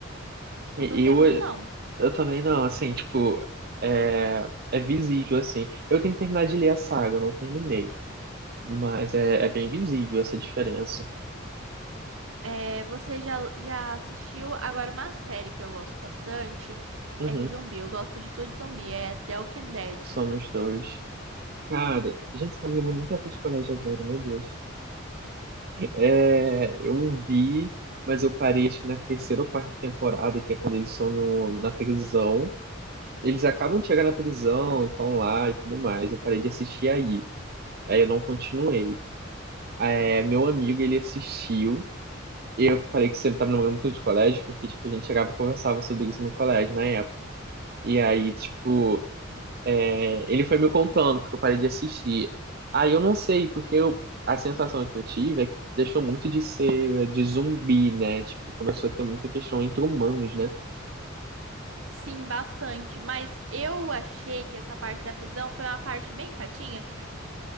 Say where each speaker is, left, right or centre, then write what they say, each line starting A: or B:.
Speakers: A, on the right; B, on the right.
A: Eu,
B: Não gostei muito, não.
A: eu também não, assim, tipo, é, é visível, assim. Eu tenho que terminar de ler a saga, eu não terminei. Mas é, é bem visível essa diferença.
B: É, você já, já assistiu agora uma série que eu gosto bastante?
A: Uhum,
B: É de zumbi. Eu gosto de tudo de zumbi. É The Walking Dead.
A: somos dois. Cara, gente, tá me lembrando muita coisa de colégio agora, meu Deus. É, eu vi, mas eu parei acho que na terceira ou quarta temporada, que é quando eles estão no, na prisão. Eles acabam de chegar na prisão, estão lá e tudo mais. Eu parei de assistir aí. Aí eu não continuei. É, meu amigo, ele assistiu. E eu falei que sempre tava namorando muito de colégio, porque, tipo, a gente chegava e conversava sobre isso no colégio, na época. E aí, tipo, é, ele foi me contando, porque eu parei de assistir. Aí eu não sei, porque eu, a sensação que eu tive é que deixou muito de ser de zumbi, né? Tipo, começou a ter muita questão entre humanos, né?
B: Sim, bastante. Mas eu achei que essa parte da prisão foi uma parte bem chatinha.